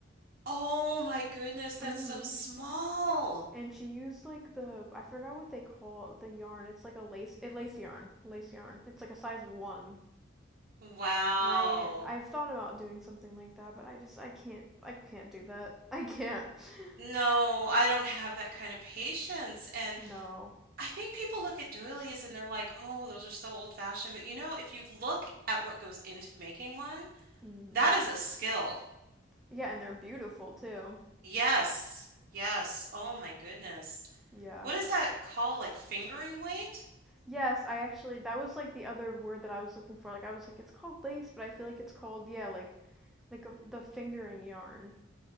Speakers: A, on the right (about 45°); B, in the centre.
A: Oh my goodness, that's
B: Mm-hmm.
A: so small.
B: And she used like the I forgot what they call the yarn. It's like a lace a lace yarn. Lace yarn. It's like a size one.
A: Wow.
B: And I I've thought about doing something like that, but I just I can't I can't do that. I can't. <laughs>
A: No, I don't have that kind of patience, and
B: No.
A: I think people look at doilies and they're like, "Oh, those are so old-fashioned." But you know, if you look at what goes into making one,
B: Mm.
A: that is a skill.
B: Yeah, and they're beautiful too.
A: Yes. Yes. Oh my goodness.
B: Yeah.
A: What is that called? Like fingering weight?
B: Yes, I actually that was like the other word that I was looking for. Like I was like it's called lace, but I feel like it's called yeah, like like a, the fingering yarn